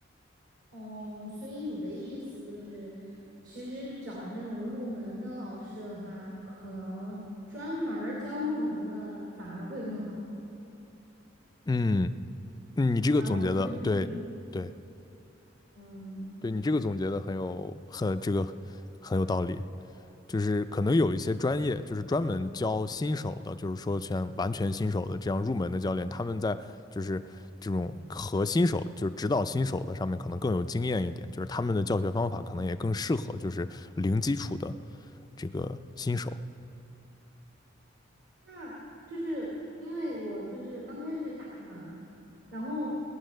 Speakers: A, on the right; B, on the left.
A: 哦，所以你的意思就是，其实找那种入门的老师的话，可能专门儿教入门的反而会更好。
B: 嗯，你这个总结的，
A: 而不是去，
B: 对对
A: 嗯，
B: 对，你这个总结的很有很这个很有道理。就是可能有一些专业，就是专门教新手的，就是说全完全新手的这样入门的教练，他们在就是这种和新手，就是指导新手的上面可能更有经验一点，就是他们的教学方法可能也更适合就是零基础的这个新手。
A: 那就是因为我就是刚开始打嘛，然后